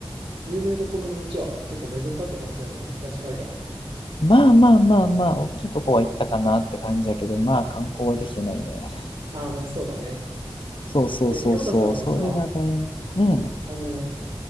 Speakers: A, on the right (about 75°); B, on the left (about 60°).
A: 有名どころの街は結構巡ったって感じなんだね、東海岸の。
B: まあまあまあまあ、大きいとこは行ったかなって感じだけど、まあ観光はできてないね。
A: ああ、まあそうだね。
B: そうそうそうそう、
A: えヨータさんはさ、
B: それが大事。うん、
A: あの、